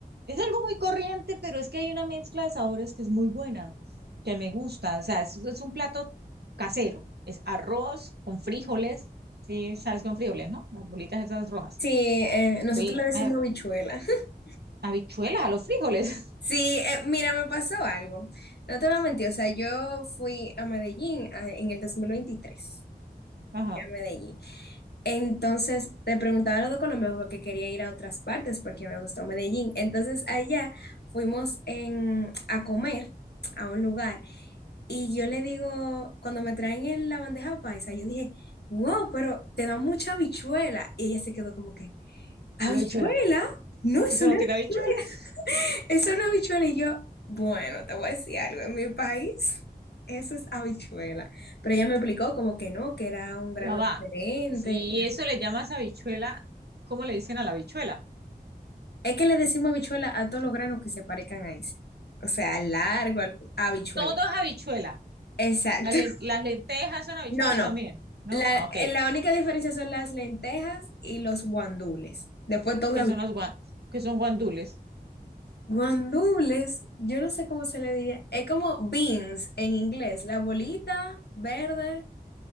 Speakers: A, on the right; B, on the left.
A: Es algo muy corriente, pero es que hay una mezcla de sabores que es muy buena, que me gusta. O sea, es, es un plato casero. Es arroz con frijoles. Sí, sabes, con frijoles, ¿no? Las bolitas esas rojas.
B: Sí, eh, nosotros
A: Fui
B: le decimos
A: a,
B: habichuela. <laughs>
A: habichuelas a los frijoles.
B: Sí, eh, mira, me pasó algo. No te voy a mentir, o sea, yo fui a Medellín ah, en el 2023,
A: <laughs> Ajá,
B: fui a Medellín. Entonces, te preguntaba lo de Colombia porque quería ir a otras partes porque me gustó Medellín. Entonces, allá fuimos en- a comer a un lugar y yo le digo, cuando me traen en la bandeja paisa, yo dije, wow, pero te da mucha habichuela. Y ella se quedó como que, ¿habichuela?
A: con la habichuela.
B: No,
A: Si
B: eso
A: eso no
B: no es
A: tiene
B: habichuela.
A: habichuelas.
B: <laughs> Eso no es habichuela. Y yo, bueno, te voy a decir algo, en mi país eso es habichuela. Pero ella me explicó como que no, que era un grano
A: Ya va.
B: diferente.
A: Si eso le llamas habichuela, ¿cómo le dicen a la habichuela?
B: Es que le decimos habichuela a todos los granos que se parezcan a ese. O sea, al largo, al- habichuela.
A: Todo es habichuela.
B: Exacto.
A: Las, len-
B: <laughs>
A: las lentejas son habichuelas
B: No, no.
A: también, ¿no?
B: La,
A: Ah, ok.
B: eh, la única diferencia son las lentejas y los guandules. Después todo
A: que
B: habichuela.
A: son los guan, que son guandules.
B: Guandules, yo no sé cómo se le diría. Es como beans en inglés, la bolita verde.